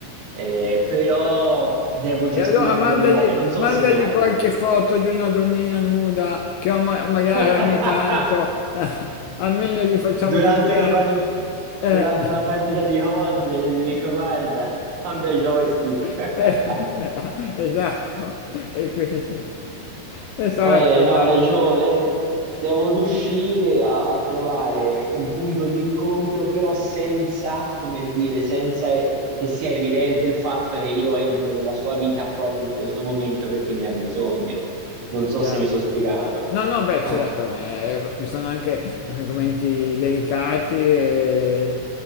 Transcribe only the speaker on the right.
Eh, però devo gestirla
con le mole, non so
se mi ha capito.
<laughs>
Durante
una, par-
durante una partita di COD gli dico, guarda, cambia joystick.
<laughs>
Eh,
no, hai ragione. eh, Devo riuscire a, a trovare un punto di incontro, però senza, come dire, senza eh, che sia evidente il fatto che io entro nella sua vita proprio in questo momento perché ne ha bisogno. Non so
se mi sono spiegato.
Ah,